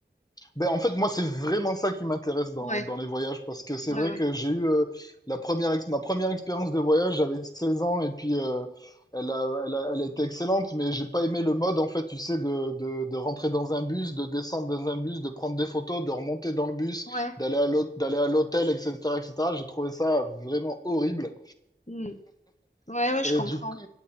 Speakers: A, on the left; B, on the left.
A: Ben, en fait, moi, c'est vraiment ça qui m'intéresse dans,
B: Ouais,
A: dans les voyages, parce que c'est
B: ouais,
A: vrai
B: ouais.
A: que j'ai eu euh, la première, ex- ma première expérience de voyage, j'avais 16 ans, et puis euh, elle a, elle a, elle a été excellente, mais j'ai pas aimé le mode, en fait, tu sais, de, de, de rentrer dans un bus, de descendre dans un bus, de prendre des photos, de remonter dans le bus,
B: Ouais,
A: d'aller à l'hôte- d'aller à l'hôtel, etc., etc. J'ai trouvé ça vraiment horrible.
B: mm. Ouais, ouais, je
A: Et
B: comprends.
A: du coup,